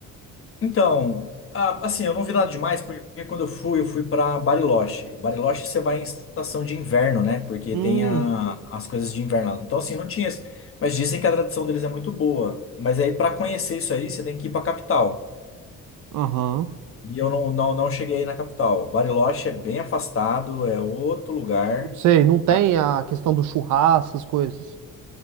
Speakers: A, on the left; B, on the right.
A: Então, ah, assim, eu não vi nada demais, porque quando eu fui, eu fui para Bariloche. Bariloche você vai em estação de inverno, né? Porque
B: Hum,
A: tem a- as coisas de inverno lá. Então, assim, não tinha. esse- Mas dizem que a tradição deles é muito boa. Mas aí, para conhecer isso aí, você tem que ir para capital.
B: Aham.
A: E eu não, não, não cheguei aí na capital. Bariloche é bem afastado, é outro lugar.
B: Não sei, não tem
A: tá?
B: a questão do churrasco, essas coisas.